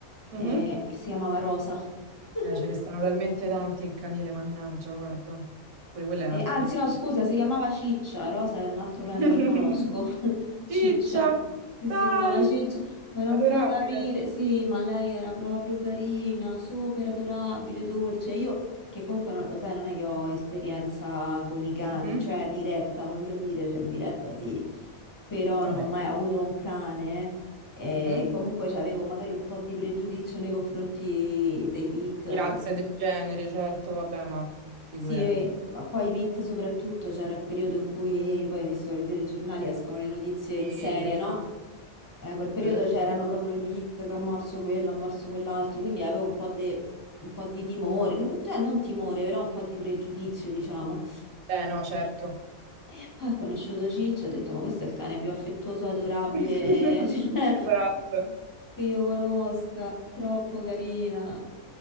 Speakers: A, on the left; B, on the right.
A: eh,
B: Mhm.
A: che si chiamava Rosa. <laughs>
B: Eh, ce ne stanno talmente tanti in canile, mannaggia, guarda, pure quello è
A: Eh,
B: un altro
A: anzi,
B: discorso.
A: no, scusa, si chiamava Ciccia. Rosa è un altro
B: <laughs>
A: cane che conosco. <laughs> Ciccia.
B: Ciccia,
A: Sì,
B: dai,
A: si chiamava Ciccia, ma non
B: adorabile.
A: puoi capire. Sì, ma lei era proprio carina, super adorabile, dolce. Io, che comunque, non, lo sai, non è che ho esperienza con i cani,
B: Mhm.
A: cioè diretta, voglio dire, cioè in diretta sì, però
B: Vabbè.
A: non ho mai avuto un cane. eh,
B: Mhm.
A: E comunque avevo magari un po' di pregiudizio nei confronti dei pit,
B: Di
A: anche
B: razze
A: perché
B: del genere, certo, vabbè, ma figurati.
A: sì, ma poi i beat soprattutto c'era il periodo in cui, poi hai visto i telegiornali, escono le notizie
B: Sì,
A: in serie,
B: esatto.
A: no? Eh, quel periodo
B: Eh,
A: c'erano proprio i beat che ha morso quello, ha morso quell'altro, quindi avevo un po', de- un po' di timore, n- cioè non timore, però un po' di pregiudizio, diciamo.
B: eh, no, certo.
A: E, e poi ho conosciuto Ciccio, ho detto, ma questo è il cane più affettuoso, adorabile,
B: <laughs>
A: <laughs> cioè,
B: Esatto.
A: che io conosca, troppo carina,